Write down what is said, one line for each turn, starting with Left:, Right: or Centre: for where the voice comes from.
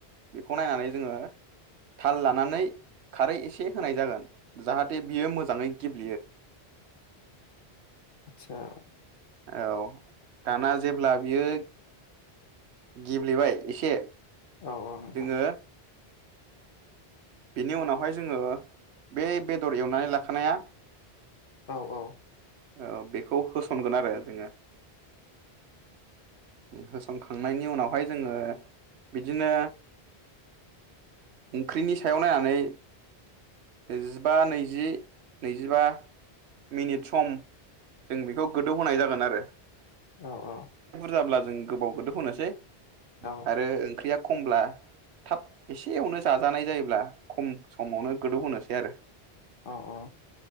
Right: बेखौ नायनानै जोङो थाल लानानै खारै एसे होनाय जागोन जाहाथे बियो मोजाङै गेब्लेयो।
Left: आच्छा
Right: औ दाना जेब्ला बियो गेब्लेबाय एसे।
Left: औ औ नोंथां।
Right: जोङो बेनि उनावहाय जोङो बे बेदर एवनानै लाखानाया
Left: औ औ औ
Right: औ बेखौ होसनगोन आरो जोङो। होसनखांनायनि उनावहाय जोङो बिदिनो ओंख्रिनि सायाव नायनानै जिबा नैजि नैजिबा मिनिट सम जों बेखौ गोदौहोनाय जागोन आरो।
Left: औ औ
Right: जाब्ला जों गोबाव गोदौहोनोसै।
Left: औ
Right: आरो ओंख्रिया खमब्ला थाब एसेयावनो जाजानाय जायोब्ला खम समावनो गोदौ होनोसै आरो।
Left: अ अ